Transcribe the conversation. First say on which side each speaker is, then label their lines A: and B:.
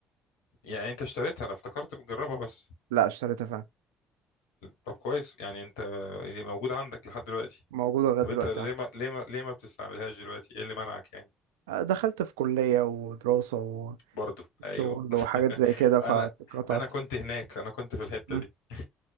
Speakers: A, on the left; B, on the right.
A: يعني انت اشتريتها انا افتكرت بتجربها بس
B: لا اشتريتها فعلا
A: طب كويس يعني انت موجوده عندك لحد دلوقتي
B: موجودة لغاية
A: طب
B: دلوقتي
A: انت ليه
B: عندي
A: ما ليه ما ليه ما بتستعملهاش دلوقتي ايه اللي منعك يعني
B: آه، دخلت في كلية ودراسة
A: برضو
B: وشغل
A: ايوه <laughs>
B: وحاجات زي كده فاتقطعت
A: انا انا كنت هناك انا كنت في الحته
B: مم.
A: دي <laughs>